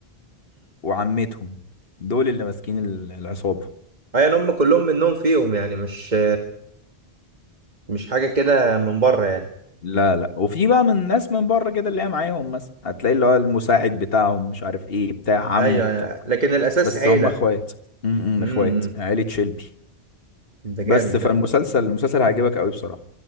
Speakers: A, on the left (about 60°); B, on the right (about 40°).
A: وعمتهم دول اللي ماسكين ال- العصابة
B: ايوه هم كلهم منهم فيهم يعني مش مش حاجه كده من بره يعني
A: لا لا وفي بقى من ناس من بره كده اللي هي معاهم مثلا هتلاقي اللي هو المساعد بتاعهم مش عارف ايه بتاع عمه
B: ايوه
A: بتاع
B: لكن الاساس
A: بس
B: عيله
A: هم اخوات امم
B: امم
A: اخوات
B: امم.
A: عيلة شيلبي
B: ده جامد
A: بس فالمسلسل
B: ده
A: المسلسل هيعجبك قوي بصراحة